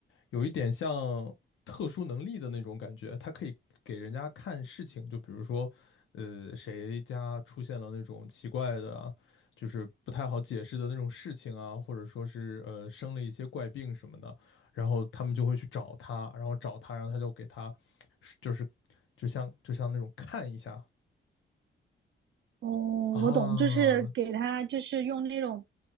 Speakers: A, on the left; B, on the right.
A: 有一点像特殊能力的那种感觉，他可以给人家看事情，就比如说，呃，谁家出现了那种奇怪的啊就是不太好解释的那种事情啊，或者说是呃生了一些怪病什么的，然后他们就会去找他，然后找他，然后他就给他就是就像就像那种看一下
B: 哦，
A: 啊，
B: 我懂，就是给他，就是用那种